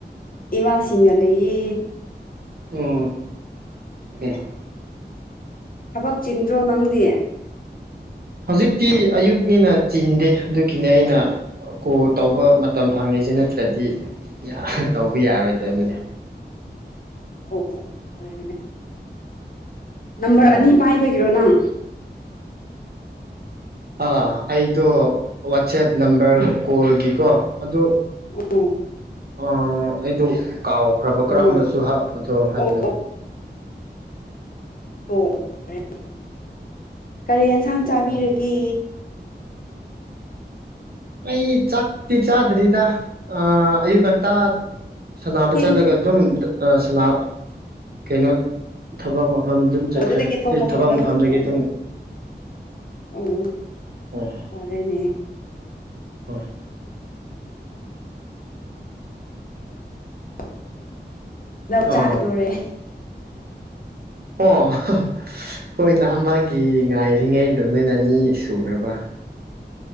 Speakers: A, on the left (about 55°); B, on the right (about 60°).
A: ꯏꯃꯥꯁꯤꯡꯒ ꯂꯩꯌꯦ꯫
B: ꯑꯣ <unintelligible>
A: ꯊꯕꯛ ꯆꯤꯟ꯭ꯗꯔꯣ ꯅꯪꯗꯤ꯫
B: ꯍꯧꯖꯤꯛꯇꯤ ꯑꯌꯨꯛꯅꯤꯅ ꯆꯤꯟꯗꯦ ꯑꯗꯨꯒꯤꯅꯦ ꯑꯩꯅ ꯀꯣ ꯇꯧꯕ ꯃꯇꯝ ꯐꯪꯉꯤꯁꯦ ꯅꯠꯇ꯭ꯔꯗꯤ ꯇꯧꯕ ꯌꯥꯔꯣꯏꯗꯕꯅꯦ꯫
A: ꯑꯣ ꯑꯣ ꯐꯦꯅꯦ꯫ ꯅꯝꯕꯔ
B: ꯎꯝ
A: ꯑꯅꯤ ꯄꯥꯏꯕꯒꯤꯔꯣ ꯅꯪ꯫
B: ꯑꯥ ꯑꯩꯗꯣ ꯋꯥꯆꯦꯞ ꯅꯝꯕꯔꯒ ꯀꯣꯜꯒꯤꯀꯣ ꯑꯗꯣ ꯫
A: ꯑꯣ
B: ꯑ ꯑꯩꯗꯣ ꯫ ꯀꯥꯎꯈ꯭ꯔꯕ
A: ꯇꯣꯉꯥꯟ
B: ꯀꯔꯝꯕꯁꯨ ꯍꯥꯞꯄꯗꯣ ꯍꯥꯏꯕꯗꯣ꯫
A: ꯑꯣ ꯑꯣ ꯐꯦ ꯐꯦ ꯀꯔꯤ꯫ ꯌꯦꯟꯁꯥꯡ ꯆꯥꯕꯤꯔꯒꯦ꯫
B: ꯎꯝ ꯑꯩ ꯆꯥꯛꯇꯤ ꯆꯥꯗ꯭ꯔꯤꯗ ꯑꯌꯨꯛ ꯉꯟꯇꯥ꯫ ꯁꯥꯟꯅꯕ
A: ꯊꯦꯡ
B: ꯆꯠꯂꯒ ꯑꯗꯨꯝ꯫ ꯁꯥꯟꯅꯕꯥ ꯀꯩꯅꯣ ꯊꯕꯛ ꯑꯃꯥ꯫ ꯃꯐꯝ ꯑꯗꯨꯝ ꯆꯠꯈ꯭ꯔꯦ
A: ꯑꯣ ꯑꯗꯨꯗꯒꯤ ꯊꯣꯡ
B: ꯁꯤ
A: ꯃꯐꯝꯗ
B: ꯊꯕꯛ ꯃꯐꯝꯗꯒꯤ
A: ꯑꯃꯨꯛ ꯑꯣ
B: ꯑꯗꯨꯝ꯫
A: ꯑꯣ
B: ꯎꯝ
A: ꯐꯔꯦꯅꯦ <inaudible>
B: ꯍꯣꯏ
A: <inaudible> ꯅꯪ
B: ꯑꯥ
A: ꯆꯥꯛꯗꯣꯔꯦ
B: ꯑꯣ ꯈꫭꯏꯅ ꯑꯃꯒꯤ ꯉꯥꯏꯔꯤꯉꯩꯗ ꯅꯣꯏꯅ ꯑꯅꯤ ꯁꯨꯈ꯭ꯔꯕ